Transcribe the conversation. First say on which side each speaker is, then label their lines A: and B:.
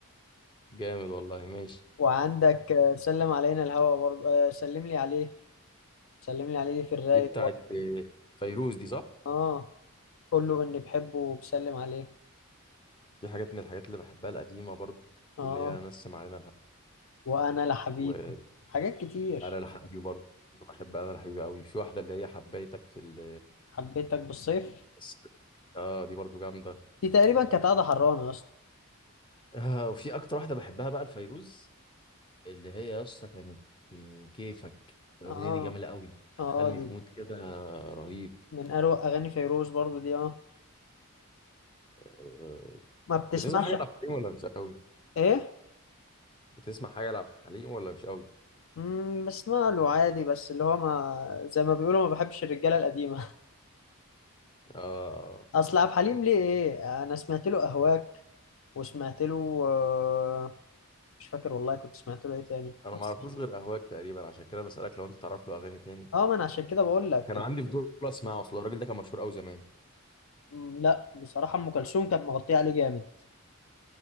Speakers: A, on the left; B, on the left.
A: جامد والله ماشي
B: وعندك آه، سلم علينا الهوى برضه آه، سلم لي عليه سلم لي عليه دي في الرايق
A: دي بتاعت
B: برضه
A: فيروز دي صح؟
B: آه قول له اني بحبه وبسلم عليه
A: في حاجات من الحاجات اللي بحبها القديمة برضو
B: اه
A: اللي هي نسم علينا الهوا
B: وانا لحبيب
A: وأنا
B: حاجات كتير
A: لحبيبي برضو بحب أنا لحبيبي أوي في واحدة اللي هي حبيتك في ال
B: حبيتك بالصيف
A: بس اه دي برضو جامده
B: دي تقريبا كانت قاعده حرانه يا اسطى
A: آه وفي اكتر واحده بحبها بقى الفيروز اللي هي يا اسطى كانت آه، كيفك الاغنيه
B: اه
A: دي جميله قوي
B: اه
A: دخلني
B: دي
A: في مود كده رهيب
B: من اروع اغاني فيروز برضو دي اه
A: آه
B: ما بتسمعش
A: بتسمع حاجه لعبد الحليم ولا مش قوي
B: ايه
A: بتسمع حاجه لعبد الحليم ولا مش قوي
B: امم بسمع له عادي بس اللي هو ما زي ما بيقولوا ما بحبش الرجاله القديمه
A: آه
B: <laughs> اصل عبد الحليم ليه ايه انا سمعت له اهواك وسمعت له آه، مش فاكر والله كنت سمعت له ايه تاني
A: انا
B: بس
A: ما اعرفوش غير اهواك تقريبا عشان كده بسالك لو انت تعرف له اغاني تاني
B: اه ما انا عشان كده بقول لك
A: كان عندي فضول اسمعه اصل الراجل ده كان مشهور قوي زمان
B: مم، لا بصراحه ام كلثوم كانت مغطيه عليه جامد